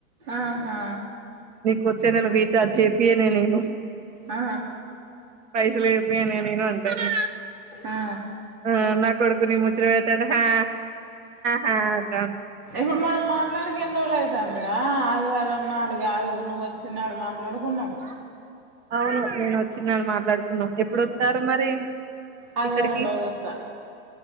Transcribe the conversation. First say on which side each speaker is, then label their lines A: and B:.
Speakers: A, on the right; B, on the right.
A: ఆహా
B: కొచ్చేన రిచార్జిచేబియేనే నను
A: ఆ
B: పైస లేదు అని నేను అంటాను
A: ఆ
B: ఆ నా కొడుకుని ము చిర్ ఐతడు హ్యా హ్యా <unintelligible>
A: ఇప్పుడు మనం మాట్లాడక ఎన్ని రోజులు ఐతాందిరా ఆదివారం నాడు గాదు నువ్వు వచ్చిన‌్నాడు మాట్లాడుకున్నాం
B: అవును నేను వచ్చిండని మాట్లాడుకున్నాం ఎప్పుడొత్తారు మరి
A: అదివారం
B: ఇక్కడికి
A: రోజొత్తా